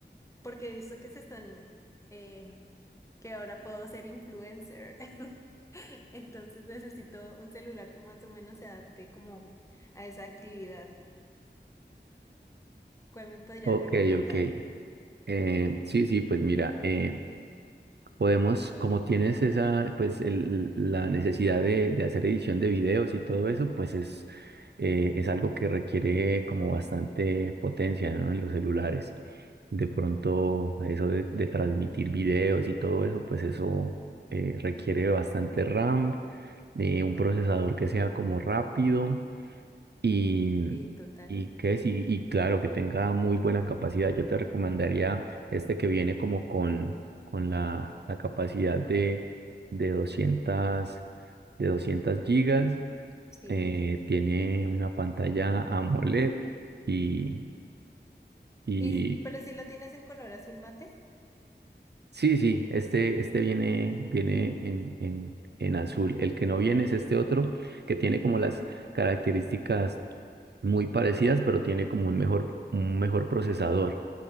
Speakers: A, on the left; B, on the right.
A: porque he visto que se están, eh, que ahora puedo ser influencer. <laughs> Entonces necesito un celular que más o menos se adapte como a esa actividad. ¿Cuál me podrías
B: Ok,
A: recomendar?
B: ok. Eh, sí, sí, pues mira, eh, podemos, como tienes esa, pues el- la necesidad de, de hacer edición de videos y todo eso, pues es, eh, es algo que requiere como bastante potencia, ¿no? En los celulares. De pronto, eso de, de transmitir videos y todo eso, pues eso eh, requiere bastante RAM, eh, un procesador que sea como rápido y,
A: Sí, total.
B: y, ¿qué es? Y, y claro, que tenga muy buena capacidad. Yo te recomendaría este que viene como con, con la, la capacidad de, de 200, de 200 gigas.
A: Sí.
B: eh, tiene una pantalla AMOLED y, y,
A: Y, pero si lo tienes en color azul mate.
B: Sí, sí, este, este viene, viene en, en, en azul. El que no viene es este otro, que tiene como las características muy parecidas, pero tiene como un mejor, un mejor procesador.